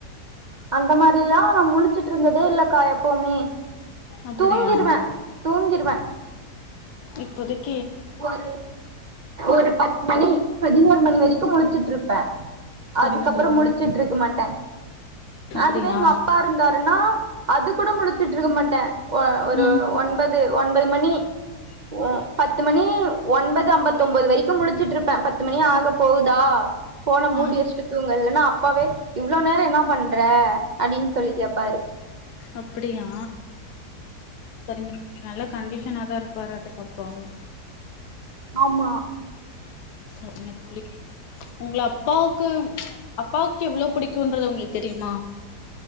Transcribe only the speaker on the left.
அப்படியா
இப்போதைக்
சரிங்க
தோழி
அப்படியா
ம்
ஆ
அப்படியா சரிங்க நல்ல கண்டிஷனாதா இருப்பாராட்டா அப்பாவு
சரிங்க தோழி உங்கள அப்பாவுக்கு அப்பாவுக்கு எவ்வளவு புடிக்குன்றது உங்களுக்கு தெரியுமா